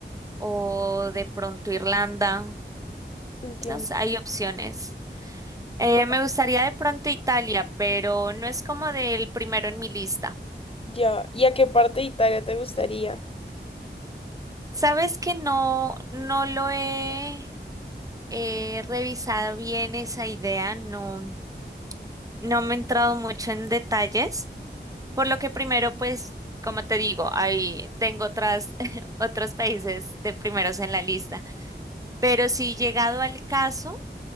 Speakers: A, on the right; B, on the left.
A: o de pronto Irlanda,
B: Entiendo.
A: no sé, hay opciones. Eh,
B: Ah,
A: me gustaría de pronto Italia, pero no es como del primero en mi lista.
B: Ya. ¿Y a qué parte de Italia te gustaría?
A: Sabes que no, no lo he eh, revisado bien esa idea, no, no me he entrado mucho en detalles. Por lo que primero, pues, como te digo, ahí tengo otras, <laughs> otros países de primeros en la lista. Pero si llegado al caso,